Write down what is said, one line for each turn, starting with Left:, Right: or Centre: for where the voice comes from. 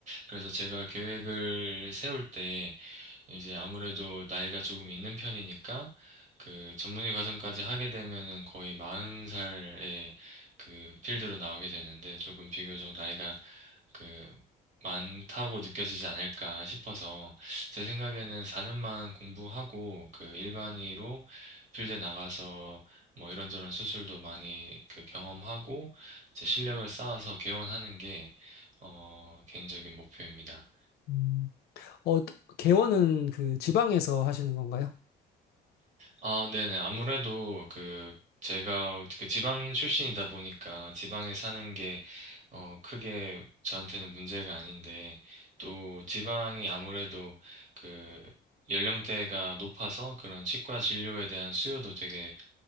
Right: 그래서 제가 계획을 세울 때 이제 아무래도 나이가 조금 있는 편이니까 그 전문의 과정까지 하게 되면은 거의 40살에 그 필드로 나오게 되는데 조금 비교적 나이가 그 많다고 느껴지지 않을까 싶어서 제 생각에는 4년만 공부하고 그 일반의로 필드에 나가서 뭐 이런저런 수술도 많이 그 경험하고 제 실력을 쌓아서 개원하는 게 어, 개인적인 목표입니다.
Left: 음. 어, 개원은 그 지방에서 하시는 건가요?
Right: 아, 네네. 아무래도 그 제가 그 지방 출신이다 보니까 지방에 사는 게 어, 크게 저한테는 문제가 아닌데 또 지방이 아무래도 그 연령대가 높아서 그런 치과 진료에 대한 수요도 되게